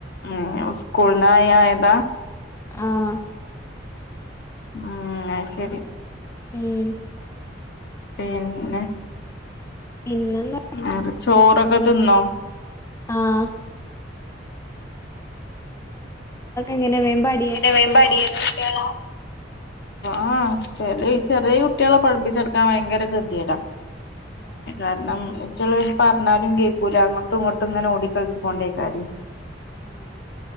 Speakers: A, on the left; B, on the left.
A: ഹേ സ്ക്കൂള്ന്ന് ആയി ആയ താ..
B: ആഹ
A: ഹേ ശരി
B: ഉം
A: പിന്നെ
B: പിന്നെന്താ
A: ആ ചോറക്കെതിന്നോ.
B: ആഹ എങ്ങനെ വേം പഠിയണ
A: െ
B: കുട്ടികളാ
A: വമ്പാടിന കേളാം <unintelligible> ആ ചെലെ ചെറിയ കുട്ടികളെ പഠിപ്പിച്ചെടുക്കാൻ ഭയങ്കര തെത്യോടാ.
B: ആഹ്
A: കാരണം ഇറ്റങ്ങൾ പറഞ്ഞാലും കേക്കൂല അങ്ങട്ടും ഇങ്ങട്ടുങ്ങനെ ഓടികളിചോണ്ടയ്കാരം
B: ആഹ്